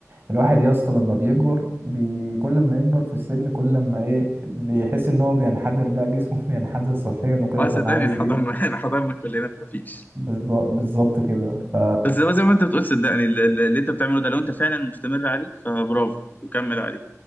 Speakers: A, on the right; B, on the left.
A: الواحد يا اسطى لما بيكبر بي... كل ما يكبر في السن كل ما ايه بيحس ان هو بينحدر بقى جسمه <laughs> بينحدر صحيا وكده
B: اه
A: فانا
B: صدقني
A: عايز
B: حضرنا
A: ايه
B: <laughs> احنا حضرنا كلنا مفيش
A: بالظ- بالظبط كده ف
B: بس هو زي ما انت بتقول صدقني ال- ال- اللي انت بتعمله ده لو انت فعلا مستمر عليه فبرافو وكمل عليه